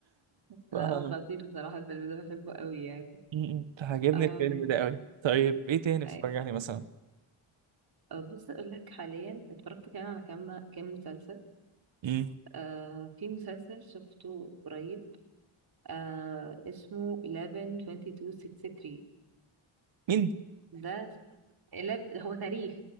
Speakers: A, on the right (about 60°); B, on the right (about 45°).
A: ف
B: لا
A: م-
B: هو خطير بصراحه الفيلم ده بحبه قوي يعني
A: م. عاجبني
B: أم...
A: الفيلم ده قوي طيب ايه تاني اتفرج
B: أي-
A: عليه مثلا
B: أه، بص اقول لك حاليا اتفرجت كمان على كام كام مسلسل
A: م.
B: أه في مسلسل شفته قريب أه اسمه 11-22-63
A: مين
B: ده 11 هو تاريخ